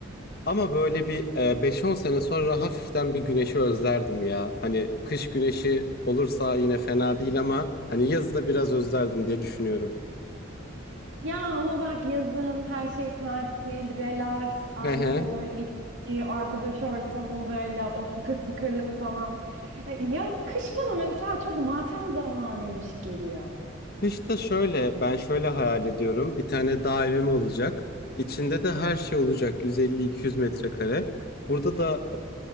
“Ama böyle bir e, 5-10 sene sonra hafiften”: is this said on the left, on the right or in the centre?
Left